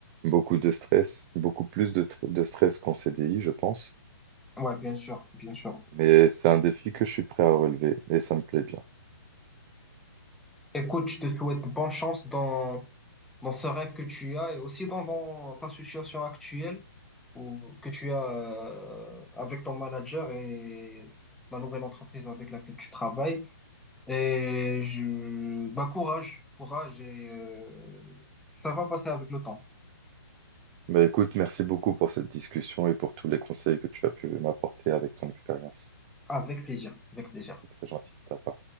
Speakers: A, on the right (about 20°); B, in the centre.
A: beaucoup de stress, beaucoup plus de, tr- de stress qu'en CDI, je pense.
B: Ouais, bien sûr, bien sûr.
A: Mais c'est un défi que je suis prêt à relever et ça me plaît bien.
B: Écoute, je te souhaite bonne chance dans, dans ce rêve que tu as et aussi dans, dans ta situation actuelle ou que tu as euh, avec ton manager et la nouvelle entreprise avec laquelle tu travailles. Et je, bah courage, courage et euh, ça va passer avec le temps.
A: Bah écoute, merci beaucoup pour cette discussion et pour tous les conseils que tu as pu m'apporter avec ton expérience.
B: Avec plaisir, avec plaisir.
A: C'est très gentil de ta part.